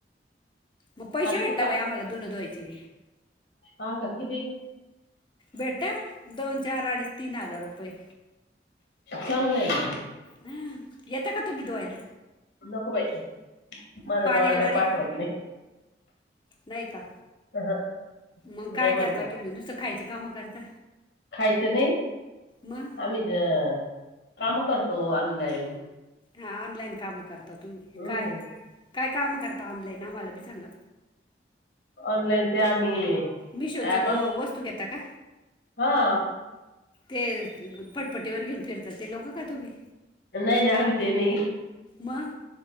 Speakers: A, on the left; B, on the left.
A: मग पैसे वाटत
B: तू का
A: बाई आम्हाला दुनं धुवायचे
B: हा काकदीी
A: भेटा दोन चार अडेच तीन हजार रुपये
B: ललं <inaudible>
A: हं. येता का तुम्ही धुवायला
B: नको बाई माझा
A: पाणी
B: नवरा
A: आल्यावर
B: काय
A: या
B: पाठवत नाही
A: नाही का
B: अहं,
A: मग काय
B: नाही म्हणतो
A: करता तुम्ही नुसतं खायची कामं करता
B: खायचं नाही
A: मग
B: आम्ही ज काम करतो ऑनलाईन
A: हा ऑनलाईन काम करता तुम्ही
B: हम्म
A: काय काय काम करता ऑनलाईन आम्हाला बी सांगा
B: ऑनलाईन ते आम्ही
A: मिशोच्या
B: ऍप
A: वस्तू घेता का
B: हा
A: ते पटपटीवर घेऊन फिरतात ते लोकं का तोघी
B: नाही नाही आम्ही ते नाही
A: मग